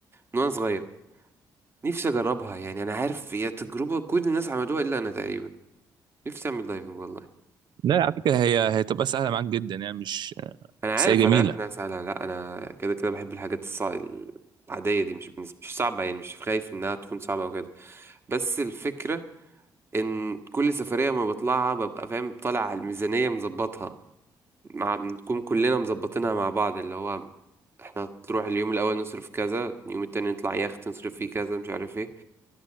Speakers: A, on the right; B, on the right.
A: من وانا صغير نفسي اجربها يعني انا عارف هي تجربه كل الناس عملوها الا انا تقريبا نفسي اعمل دايفنج والله
B: لا على فكره هي هتبقى سهله معاك جدا يعني مش
A: انا عارف
B: بس هي جميله
A: انا عارف انها سهله لا انا كده كده بحب الحاجات الصع... العاديه دي مش بالنسبة... مش صعبه يعني مش خايف انها تكون صعبه او كده بس الفكره ان كل سفريه ما بطلعها ببقى فاهم طالع على الميزانيه مظبطها مع بنكون كلنا مظبطينها مع بعض اللي هو احنا تروح اليوم الاول نصرف كذا اليوم التاني نطلع يخت نصرف فيه كذا مش عارف ايه